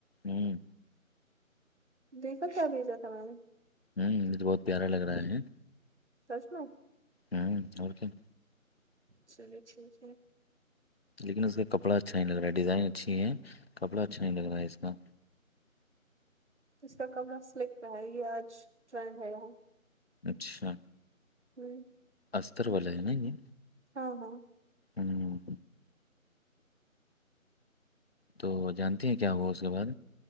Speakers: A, on the left (about 45°); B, on the right (about 55°).
A: ہی <unintelligible>
B: دیکھل کیا بج جات تھا مم <unintelligible>
A: ہوں یہجے بہت پیارا لگ رہا ہے
B: سسما
A: ہوں اور کیا
B: چلیو چ <unintelligible>
A: لیکن اس کا کپڑا اچھا نہیں لگ رہا ہے ڈیزائن اچھی ہے کپڑا اچھا نہیں لگ رہا ہے اس کا
B: ج کا کمرا سلک کا ہے یہ آج ٹرینڈ ہے یہاں
A: اچھا
B: ہوں
A: اسستر والے ہے نا یہ
B: ہاں ہاں
A: ہوں تو جانتے ہیں کیا ہوا اس کے بعد